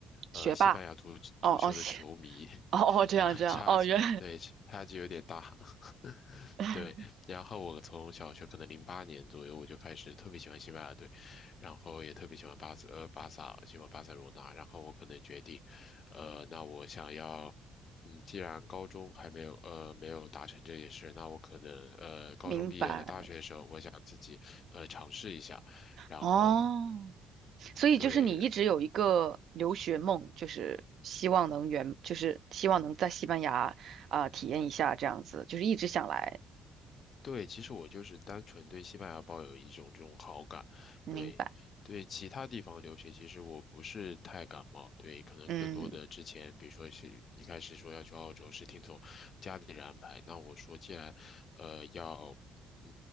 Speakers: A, on the right (about 60°); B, on the left (about 40°).
A: 学霸。
B: 呃，西班牙足足球的球迷，
A: 哦哦，学，哦哦，
B: <laughs>
A: 这样这样，
B: 啊，差距，
A: 哦，原
B: 对，差距有点大，<laughs>
A: <laughs>
B: 对。然后我从小学可能零八年左右我就开始特别喜欢西班牙队，然后也特别喜欢巴斯呃，巴萨，喜欢巴塞罗那。然后我可能决定，呃，那我想要。嗯，既然高中还没有呃没有达成这件事，那我可能呃高中毕业了，
A: 明白。
B: 大学的时候我想自己呃尝试一下，然后
A: 哦，所以就是你一直有一个留学梦，
B: 对，
A: 就是希望能圆，就是希望能在西班牙啊、体验一下这样子，就是一直想来。
B: 对，其实我就是单纯对西班牙抱有一种这种好感，
A: 明白。
B: 对，对其他地方留学，其实我不是太感冒，对，可能更多的之前，
A: 嗯
B: 比如说是一开始说要去澳洲，是听从家里人安排，那我说既然，呃，要，嗯，